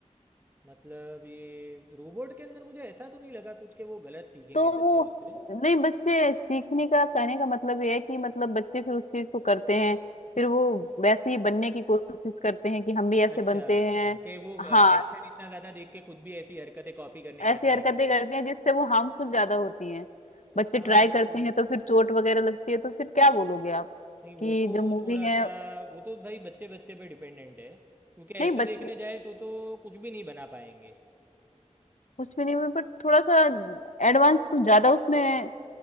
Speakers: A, on the right; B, on the left.
A: मतलब ये रोबोट के अंदर मुझे ऐसा तो नहीं लगा कुछ कि वो गलत सीखेंगे
B: तो
A: बच्चे
B: वो
A: उससे
B: नहीं बच्चे सीखने का कहने का मतलब ये है कि मतलब बच्चे फिर उस चीज को करते हैं फिर वो वैसे ही बनने की कोशिश करते हैं कि हम भी ऐसे
A: अच्छा
B: बनते हैं
A: हाँ कि वो
B: हाँ
A: एक्शन इतना ज़्यादा देख के खुद भी ऐसी हरकतें कॉपी करने का
B: ऐसी
A: ट्राई
B: हरकतें
A: करे
B: करते हैं जिससे वो हार्मफुल ज्यादा होती हैं बच्चे
A: हाँ
B: ट्राई
A: वो
B: करते
A: तो
B: हैं तो फिर चोट वगैरह लगती है तो फिर क्या बोलोगे आप
A: नहीं वो
B: कि
A: तो
B: जो मूवी
A: थोड़ा
B: है
A: सा वो तो भाई बच्चे बच्चे पे डिपेंडेंट है क्योंकि
B: नहीं
A: ऐसे
B: बच
A: देखने जाए तो तो कुछ भी नहीं बना पाएंगे
B: उसमें नहीं पर थोड़ा सा एडवांस कुछ ज्यादा उसमें